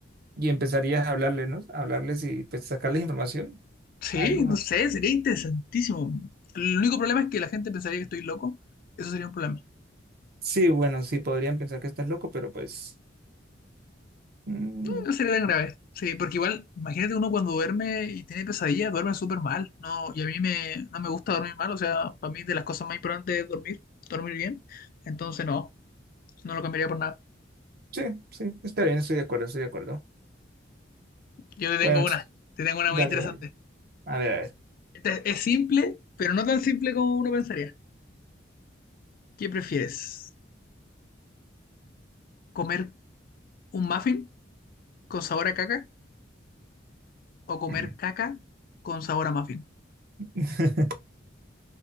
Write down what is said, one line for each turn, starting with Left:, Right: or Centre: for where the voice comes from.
Right: y empezarías a hablarles, ¿no? A hablarles y pues sacarles información.
Left: Sí,
Right: Algo.
Left: no sé, sería interesantísimo. El único problema es que la gente pensaría que estoy loco. Eso sería un problema.
Right: Sí, bueno, sí, podrían pensar que estás loco, pero pues. mm,
Left: No sería tan grave. Sí, porque igual, imagínate uno cuando duerme y tiene pesadillas, duerme súper mal. No, y a mí me, no me gusta dormir mal, o sea, para mí de las cosas más importantes es dormir, dormir bien. Entonces no, no lo cambiaría por nada.
Right: sí, sí, está bien, estoy de acuerdo, estoy de acuerdo.
Left: Yo te tengo
Right: Bueno, s-
Left: una, te tengo una
Right: dale,
Left: muy interesante.
Right: dale. A ver, a ver.
Left: Esta es, es simple, pero no tan simple como uno pensaría. ¿Qué prefieres? ¿Comer un muffin con sabor a caca o comer
Right: Ujú.
Left: caca con sabor a muffin?
Right: <laughs>